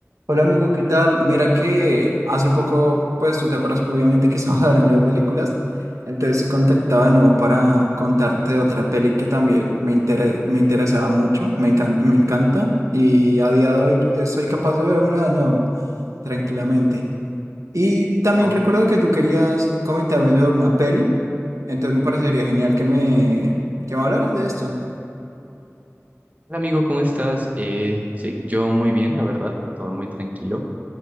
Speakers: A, on the right (about 80°); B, on the right (about 30°).
A: Hola amigo, ¿qué tal? Mira que hace poco, pues tú te acuerdas obviamente que estamos <laughs> hablando de películas, entonces se contactaba de nuevo para contarte de otra peli que también me intere- me interesaba mucho, me encan- me encanta y a día de hoy eh, soy capaz de vérmela de nuevo tranquilamente. Y también
B: Oh,
A: recuerdo que tú querías comentarme sobre una peli, entonces me parecería genial que me, que me hablaras de esto.
B: Hola amigo, ¿cómo estás? Eh, sí, yo muy bien, la verdad, todo muy tranquilo.